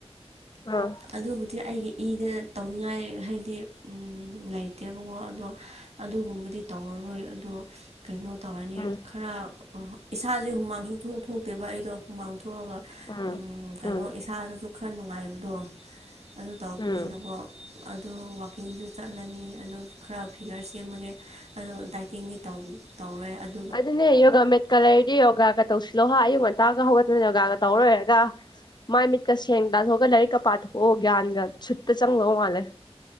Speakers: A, on the left; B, on the right.
A: ꯑꯥ
B: ꯑꯗꯨꯕꯨꯗꯤ ꯑꯩꯒꯤ ꯏꯗ ꯇꯧꯅꯤꯡꯉꯥꯏ ꯍꯥꯏꯗꯤ ꯂꯩꯇꯦꯕꯀꯣ ꯑꯗꯣ ꯑꯗꯨꯒꯨꯝꯕꯗꯤ ꯇꯧꯔꯔꯣꯏ ꯑꯗꯣ ꯀꯩꯅꯣ ꯇꯧꯔꯅꯤ
A: ꯎꯝ
B: ꯈꯔ ꯏꯁꯥꯁꯦ ꯍꯨꯃꯥꯡꯁꯨ ꯊꯣꯛ ꯊꯣꯛꯇꯦꯕ ꯑꯩꯗꯣ ꯍꯨꯃꯥꯡ ꯊꯣꯛꯑꯒ
A: ꯎꯝ
B: ꯀꯩꯅꯣ
A: ꯎꯝ
B: ꯏꯁꯥꯗꯁꯨ ꯈꯔ ꯅꯨꯡꯉꯥꯏꯕꯗꯣ ꯑꯗꯨ ꯇꯧꯛꯄꯅꯤꯅꯀꯣ
A: ꯎꯝ
B: ꯑꯗꯨ ꯋꯥꯛꯀꯤꯡꯁꯨ ꯆꯠꯂꯅꯤ ꯑꯗꯨ ꯈꯔ ꯐꯤꯒꯔ ꯁꯦꯝꯃꯒꯦ ꯑꯗꯣ ꯗꯥꯏꯇꯤꯡꯗꯤ ꯇꯧ ꯇꯧꯔꯦ
A: ꯑꯗꯨꯅꯦ ꯌꯣꯒꯥ ꯃꯦꯠꯀ ꯂꯩꯔꯗꯤ ꯌꯣꯒꯥꯒ ꯇꯧꯁꯤꯜꯂꯣ ꯍꯥꯏ ꯑꯌꯨꯛ ꯉꯟꯇꯥꯒ ꯍꯧꯒꯠꯇꯅ ꯌꯣꯒꯥꯒ ꯇꯧꯔꯣꯏꯔꯒ ꯃꯥꯏ ꯃꯤꯠꯀ ꯁꯦꯡꯅ ꯇꯥꯊꯣꯛꯑꯒ ꯂꯥꯏꯔꯤꯛꯀ ꯄꯥꯊꯣꯛꯑꯣ ꯒ꯭ꯌꯥꯟꯒ ꯁꯨꯠꯇ ꯆꯪꯂꯣ ꯃꯥꯜꯂꯦ